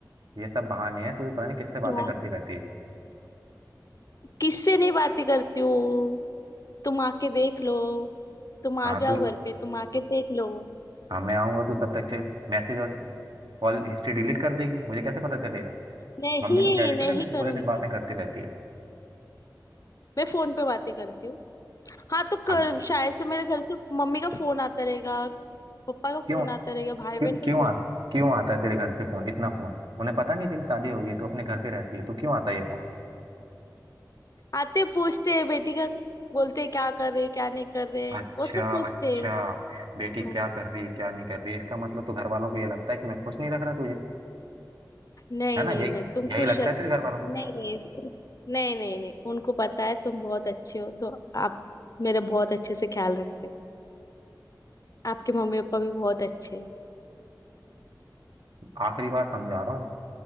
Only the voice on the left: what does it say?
हाँ
किससे नहीं बातें करती हूँ तुम आके देख लो तुम आ
जाओ
घर पे तुम आके देख लो
नहीं
नहीं
करूंगी
मैं फोन पे बातें करती हूँ हाँ तो कर,
शायद से मेरे घर से मम्मी का फोन आता रहेगा पापा का
फोन आता रहेगा भाई
बहन का
फोन
आते पूछते हैं, बेटी का बोलते हैं क्या कर रहे क्या नहीं कर रहे
वो सब पूछते
हैं।
हाँ।
नहीं
नहीं
नहीं तुम
खुश
रखते
हो
नहीं नहीं नहीं नहीं नहीं उनको पता है तुम बहुत अच्छे हो तो आप मेरा बहुत अच्छे से ख्याल रखते हो आपके मम्मी पापा भी बहुत अच्छे हैं।